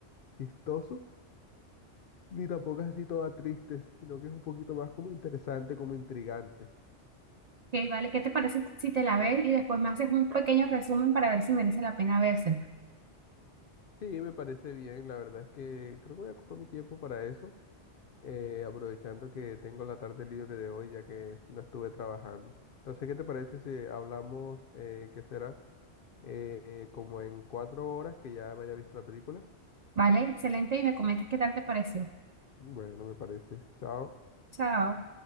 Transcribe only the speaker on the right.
Ok, vale, ¿qué te parece si te la ves y después me haces un pequeño resumen para ver si merece la pena vérsela?
Vale, excelente y me comentas qué tal te pareció.
Chao.